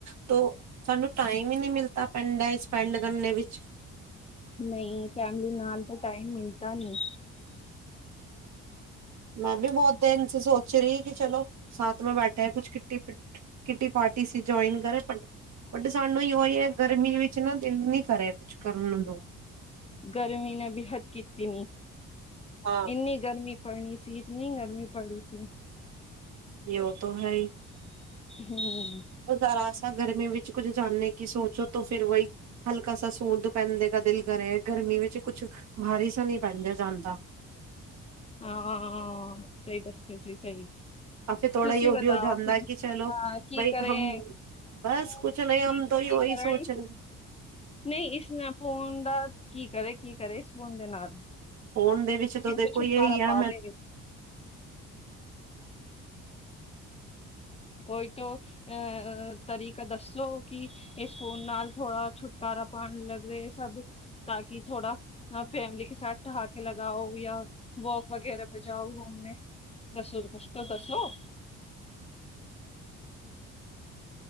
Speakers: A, on the right; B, on the left.
A: ਤੋਂ ਸਾਨੂੰ ਟਾਈਮ ਹੀ ਨਹੀਂ ਮਿਲਤਾ ਪੇਂਡਾ ਚ ਪੈਂਡ ਕਰਨੇ ਵਿੱਚ।
B: ਨਹੀਂ ਫੈਮਲੀ ਨਾਲ ਤੋ ਟਾਈਮ ਮਿਲਤਾ ਨੀ।
A: ਮੈਂ ਵੀ ਬਹੁਤ ਦਿਨ ਸੇ ਸੋਚ ਰਹੀ ਕਿ ਚਲੋ ਸਾਥ ਮੇਂ ਬੈਠੇ, ਕੁਛ ਕਿੱਟੀ ਕਿੱਟੀ ਪਾਰਟੀ ਸੀ ਜੁਆਇਨ ਕਰੇ ਬਟ ਸਾਨੂੰ ਹੀ ਉਹੀ ਹੈ ਗਰਮੀ ਵਿੱਚ ਨਾ ਦਿਲ ਨੀ ਕਰੇ ਕੁਛ ਕਰਨ ਦੋ।
B: ਗਰਮੀ ਨੇ ਬੀ ਹੱਦ ਕੀਤੀ ਨੀ,
A: ਹਾਂ
B: ਇੰਨੀ ਗਰਮੀ ਪੜਣੀ ਸੀ, ਇਤਨੀ ਗਰਮੀ ਪੜੀ ਸੀ।
A: ਯੋ ਤੋਂ ਹੈ ਹੀ।
B: ਹੂੰ।
A: ਉਹਦਾ ਰਾਸ ਤਾਂ ਗਰਮੀ ਵਿੱਚ ਕੁੱਝ ਜਾਨੇ ਕੀ ਸੋਚੋ ਤੋ ਫਿਰ ਵੋਹੀ ਹਲਕਾ ਸਾ ਸੂਟ ਪਹਿਨਨੇ ਕਾ ਦਿਲ ਕਰੇ ਹੈ ਗਰਮੀ ਵਿੱਚ। ਕੁਛ ਭਾਰੀ ਸਾ ਨੀ ਪੈਂਦਾ ਜਾਂਦਾ।
B: ਹਾਂ। ਸਹੀ ਦੱਸੇ ਸੀ ਸਹੀ
A: ਆ ਫਿਰ ਥੋੜਾ
B: ਤੁਸੀਂ
A: ਯੋ
B: ਬਤਾਓ
A: ਵੀ ਹੋ ਜਾਂਦਾ
B: ਫਿਰ ਅਹ,
A: ਕਿ ਚਲੋ
B: ਕੀ
A: ਬਾਈ
B: ਕਰੇ
A: ਹਮ ਬਸ
B: ਕੀ
A: ਕੁਛ ਨਹੀਂ ਹਮ
B: ਕੀ
A: ਤੋਂ ਹੀ ਔਹੀ
B: ਕਰਾਂ
A: ਸੋਚ
B: ਇਸ
A: ਰਹੇ
B: ਨਹੀਂ ਇਸਮੇ ਫੋਨ ਦਾ ਕੀ ਕਰੇ ਕੀ ਕਰੇ ਇਸ ਫੋਨ ਦੇ ਨਾਲ?
A: ਫੋਨ ਦੇ ਵਿੱਚ ਤਾਂ
B: ਕਿਵੇਂ
A: ਦੇਖੋ
B: ਛੁਟਕਾਰਾ
A: ਯੇਹੀ
B: ਪਾਵੇ
A: ਐ ਮੈਂ
B: ਕੋਈ ਤੋਂ ਅਹ ਤਰੀਕਾ ਦੱਸੋ ਕਿ ਇਸ ਫੋਨ ਨਾਲ ਥੋੜਾ ਛੁਟਕਾਰਾ ਪਾਣ ਲੱਗ ਰਿ ਸਭ ਤਾਂ ਕਿ ਥੋੜਾ ਫੈਮਲੀ ਕੇ ਸਾਥ ਠਹਾਕੇ ਲਗਾਓ ਯਾਂ ਵੋਕ ਵਗੈਰਾ ਪੈ ਜਾਓ ਘੁੰਮਣੇ ਦੱਸੋ ਕੁਛ ਤਾਂ ਦੱਸੋ